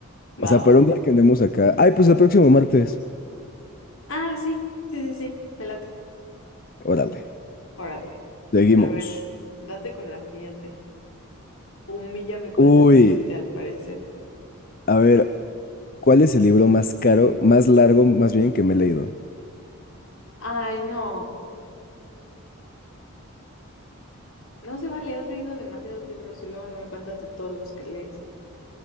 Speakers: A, on the left; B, on the left.
A: O
B: Va,
A: sea,
B: va,
A: para
B: va.
A: un día que andemos acá, ay, pues el próximo martes,
B: Ah, sí, sí, sí, sí, me late.
A: órale,
B: Órale.
A: seguimos.
B: A ver, date con la siguiente. Humíllame con
A: Uy.
B: la siguiente, al parecer.
A: A ver, ¿cuál es el libro más caro, más largo, más bien, que me he leído?
B: Ay, no. No se vale, has leído demasiados libros y luego no me cuentas de todos los que lees.